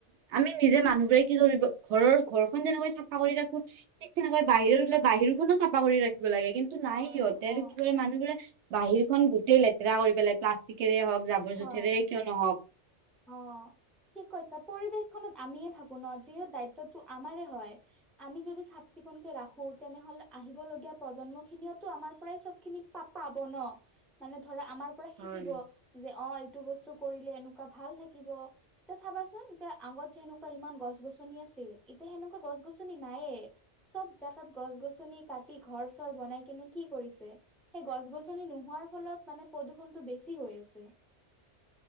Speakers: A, on the right (about 75°); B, in the centre.
A: আমি নিজে মানুহবোৰে কি কৰিব, ঘৰৰ ঘৰখন যেনেকৈ চাফা কৰি ৰাখো ঠিক তেনেকৈ বাহিৰত হ'লে বাহিৰ খনো চাফা কৰি ৰাখিব লাগে, কিন্তু নাই
B: অ
A: সিহঁতে, আৰু
B: অ
A: কি কৰে মানুহবোৰে বাহিৰ খন গোটই লেতেৰা কৰি পেলাই, প্লাষ্টিকেৰে হওক যাব বৰ
B: হয়
A: জুথৰে কিয় নহওঁক।
B: অ', ঠিক কৈছাঁ, পৰিৱেশখনত আমিয়ে থাকো ন', যিহেতু দায়িত্বটো আমাৰে হয়। আমি যদি চাফ চিকুনকে ৰাখো, তেনেহলে আহিব লগীয়া প্ৰজন্ম খিনিও টো আমাৰ পৰাই চব খিনি পা পাব ন', মানে ধৰা আমাৰ পৰা শিকিব,
A: হয়
B: যে অ', এইটো বস্তু কৰিলে এনেকুৱা ভাল থাকিব, ত' চাবাচোন এয়া আগত যেনেকুৱা ইমান গছ গছ-গছনি আছিল, এতিয়া সেনেকুৱা গছ গছনি নাইয়ে, চব জেগাত গছ গছনি কাটি, ঘৰ চৰ বনাইকিনে কি কৰিছে। সেই গছ গছনি নোহোৱাৰ ফলত মানে, প্ৰদূষণটো বেছি হৈ আছে।